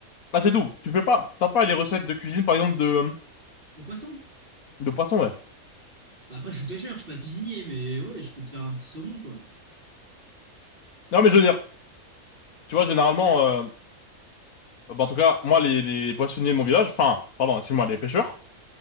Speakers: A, on the left; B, on the right.
A: Ah c'est tout. Tu fais pas, t'as pas les recettes de cuisine par exemple de euh,
B: Le poisson.
A: de poisson ouais.
B: Bah, après, je suis pêcheur, je suis pas cuisinier, mais ouais, je peux te faire un petit saumon, quoi.
A: Non mais je veux dire, tu vois généralement, euh, bah, en tout cas moi les les poissonniers de mon village, enfin pardon excuse-moi les pêcheurs,